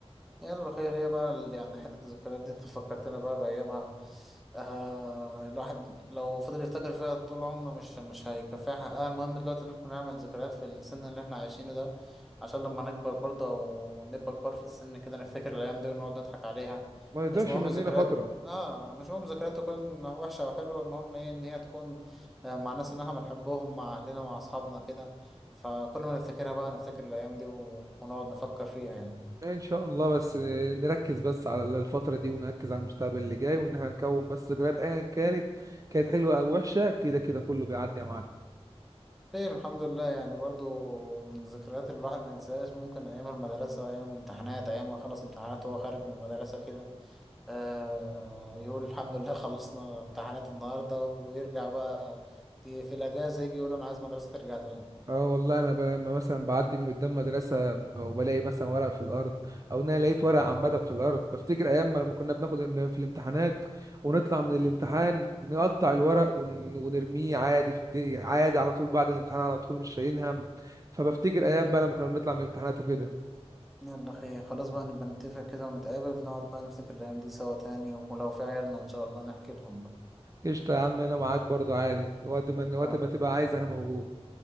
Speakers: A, in the centre; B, on the right.
A: يلا خير هي بقى ال- يعني حتة الذكريات دي <laughs> انت فكرتنا بقى بأيامها آه الواحد لو فضل يفتكر فيها طول عمره مش مش هيكفيها حقها المهم دلوقتي ان احنا نعمل ذكريات في السن اللي احنا عايشينه ده عشان لما نكبر برضه او نبقى كبار في السن كده نفتكر الأيام دي ونقعد نضحك عليها
B: ما يضيعش
A: مش مهم
B: مننا
A: الذكريات
B: فتره
A: اه مش مهم الذكريات تكون وحشة أو حلوة المهم ايه ان هي تكون آه، مع ناس ان احنا بنحبهم مع أهلنا مع أصحابنا كده فكل ما نفتكرها بقى نفتكر الأيام دي و- ونقعد نفكر فيها يعني
B: يعني ان شاء الله بس نركز بس على الفتره دي ونركز على المستقبل اللي جاي وان احنا نكون بس ذكريات ايا كانت كانت حلوه او وحشه كده كده كله بيعدي يا معلم
A: خير الحمد لله يعني برضو من الذكريات اللي الواحد ما ينساهاش ممكن أيام المدرسة أيام الامتحانات أيام ما خلص امتحانات وهو خارج من المدرسة كده آه يقول الحمد لله <laughs> خلصنا امتحانات النهاردة ويرجع بقى ت- في الأجازة يجي يقول أنا عايز مدرسة ترجع تاني
B: اه والله انا ب- لما مثلا بعدي من قدام مدرسه وبلاقي مثلا ورق في الارض او ان انا لقيت ورق عامه في الارض بفتكر ايام ما لما كنا بناخد في الامتحانات ونطلع من الامتحان نقطع الورق ون- ونرميه عادي في الد- عادي على طول بعد الامتحان على طول مش شايلين هم فبفتكر
A: مم.
B: ايام بقى لما كنا بنطلع من الامتحانات وكده
A: يلا خير خلاص بقى نبقى نتفق كده ونتقابل نقعد بقى نفتكر الأيام دي سوا تاني ولو في عيالنا إن شاء الله نحكي لهم بقى
B: قشطه يا عم انا معاك برضو عادي وقت ما وقت
A: آه،
B: ما تبقى عايز انا موجود